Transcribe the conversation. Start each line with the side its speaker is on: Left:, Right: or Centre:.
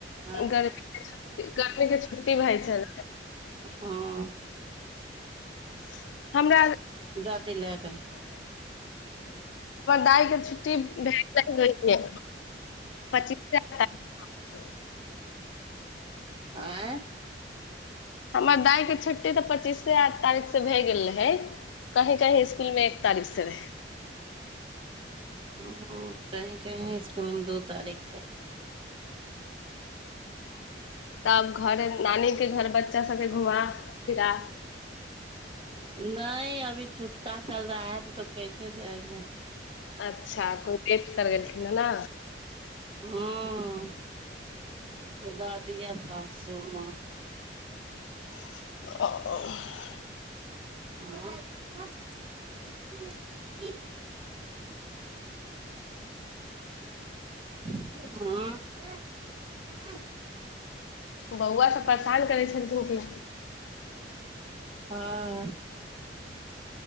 Right: आँय
Left: गर्मीक गर्मीक के छुट्टी भइ छल।
Right: हँ।
Left: <unintelligible> हमर
Right: दादी लए गेल
Left: दाई कें छुट्टी <inaudible> <inaudible>
Right: आँय
Left: हमर दाय के छुट्टी त पच्चीसे तारीख से भए गेल रहै कहीं कहीं मे एक तारीख सँ रहै
Right: हूँ कहीं कहीं स्कूल मे दू तारीख सँ
Left: तब घर नानी के घर बच्चा सबके घुमा फिरा
Right: नै अभी छूतका चल रहा है तो कैसे देंगे <inaudible>
Left: अच्छा कोई वेट करै न ना
Right: हूँ दादिया सासू माँ
Left: <unintelligible>
Right: <inaudible> हूँ <unintelligible>
Left: बौआ सब परेशान करै छलखिन कि
Right: हँ